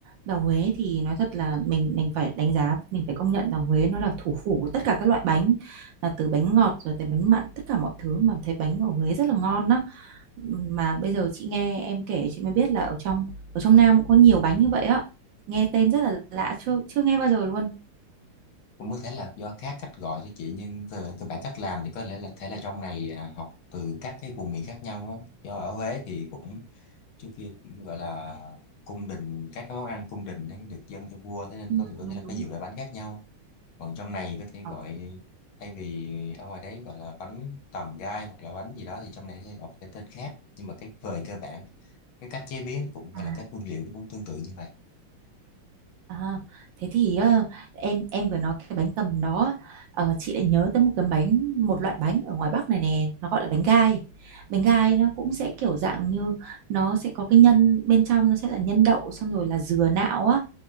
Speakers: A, on the right (about 70°); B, on the left (about 75°).
A: Vào Huế thì nói thật là mình mình phải đánh giá, mình phải công nhận rằng Huế nó là thủ phủ của tất cả các loại bánh, là từ bánh ngọt rồi tới bánh mặn, tất cả mọi thứ mà thấy bánh ở Huế rất là ngon á. mà bây giờ chị nghe em kể chị mới biết là ở trong ở trong Nam cũng có nhiều bánh như vậy á nghe tên rất là lạ chưa chưa nghe bao giờ luôn
B: cũng có thể là do các cách gọi thôi chị nhưng về cơ bản cách làm thì có lẽ là thể là trong này à, học từ các cái vùng miền khác nhau á do ở Huế thì cũng trước kia cũng gọi là cung đình các cái món ăn cung đình ấy được dâng cho vua thế nên
A: Ừ,
B: có có
A: đúng
B: thể là
A: đúng.
B: có nhiều loại bánh khác nhau còn trong này có thể
A: Ờ,
B: gọi thay vì ở ngoài đấy gọi là bánh tầm gai hoặc là bánh gì đó thì trong này sẽ gọi cái tên khác nhưng mà cái về cơ bản cái cách chế biến cũng
A: À,
B: hay là các nguyên liệu cũng tương tự như vậy
A: à, thế thì ờ, em em vừa nói cái bánh tầm đó ờ, chị lại nhớ tới một cái bánh một loại bánh ở ngoài Bắc này nè nó gọi là bánh gai bánh gai nó cũng sẽ kiểu dạng như nó sẽ có cái nhân bên trong nó sẽ là nhân đậu xong rồi là dừa nạo á